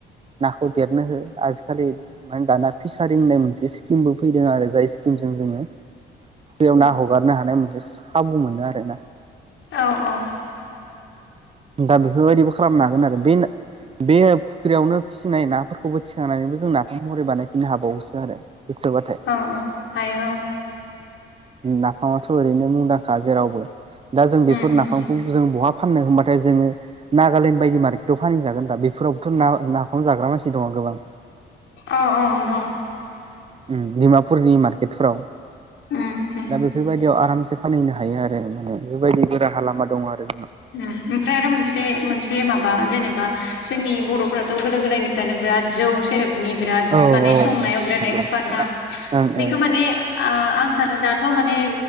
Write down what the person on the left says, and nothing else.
औ अ।
औ हायो औ
उम
उम
अ औ र
उम उम
उम ओमफ्राय आरो मोनसे मोनसे माबा जेनेबा जोंनि बर'फोराथ' गोदो गोदायनिफ्रायानो बिराद जौ सेरेब बिराद
माने
संनायाव बिर एक्सपार्ट ना
बेखौ माने
आं सानो दाथ' माने